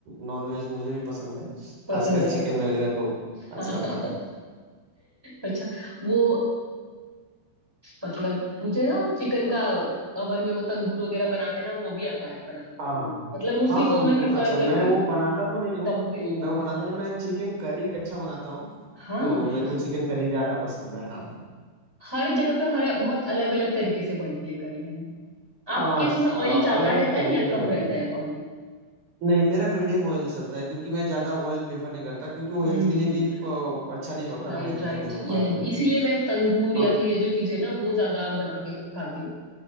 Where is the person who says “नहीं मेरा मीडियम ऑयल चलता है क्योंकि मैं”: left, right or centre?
Right